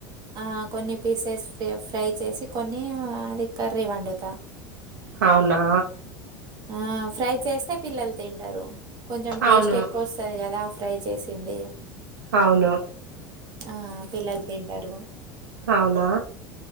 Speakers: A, on the right; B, on the right.
A: ఆ కొన్ని పీసెస్ ఫ్రె ఫ్రై చేసి కొన్ని అది కర్రీ వండుతా.
B: అవునా.
A: ఆ ఫ్రై చేస్తే పిల్లల్ తింటరూ కొంచెం టేస్ట్
B: అవును
A: ఎక్కోస్తది గదా. ఫ్రై చేసిందీ.
B: అవును.
A: ఆ పిల్లల్ తింటరూ.
B: అవునా.